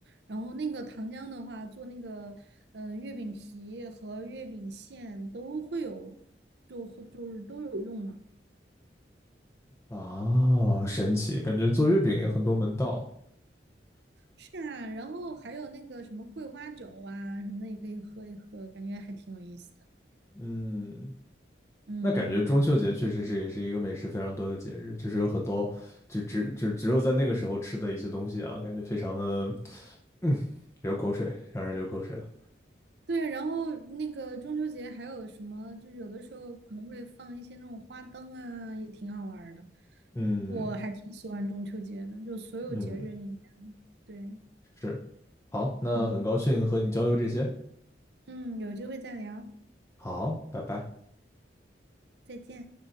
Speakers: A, on the right; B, on the left.
A: 然后那个糖浆的话，做那个嗯、呃月饼皮和月饼馅都会有，就会就是都有用嘛。
B: 啊，神奇，感觉做月饼也很多门道。
A: 是啊，然后还有那个什么桂花酒啊什么的也可以喝一喝，感觉还挺有意思的。
B: 嗯，
A: 嗯，
B: 那感觉中秋节确实是也是一个美食非常多的节日，就是有很多就只就只有在那个时候吃的一些东西啊，感觉非常的嗯流口水，让人流口水了。
A: 对，然后那个中秋节还有什么，就是有的时候可能会放一些那种花灯啊，也挺好玩儿的。
B: 嗯
A: 我还挺喜欢中秋节的，就所有节日里面，
B: 嗯，
A: 对，
B: 是，好，那很高兴和你交流这些，
A: 嗯嗯，有机会再聊，
B: 好，拜拜。
A: 再见。